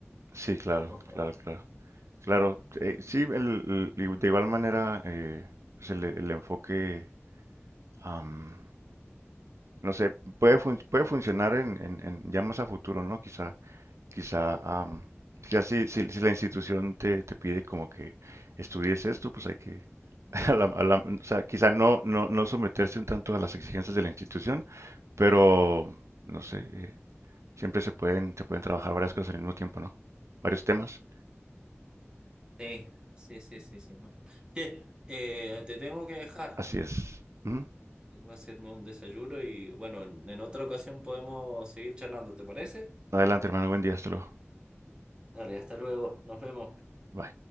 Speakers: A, on the right; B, on the right.
A: Sí, claro,
B: cosas.
A: claro, claro. Claro, eh, sí, el- el- de igual manera, eh, pues el, el enfoque, am, no sé, puede, fun- puede funcionar en, en, en ya más a futuro, ¿no? Quizá, quizá, am, quizá si, si, si la institución te, te pide como que estudies esto, pues hay que, <laughs> a la- a la- o sea, quizá no, no, no someterse un tanto a las exigencias de la institución, pero, no sé, eh, siempre se pueden, se pueden trabajar varias cosas al mismo tiempo, ¿no? Varios temas.
B: Sí, sí, sí, sí, sí. no te- Che, eh, te tengo que dejar.
A: Así es. Ujú.
B: Voy a hacerme un desayuno y bueno, en, en otra ocasión podemos seguir charlando, ¿te parece?
A: Adelante, hermano. Buen día. Hasta luego.
B: Dale, hasta luego, nos vemos.
A: Bye.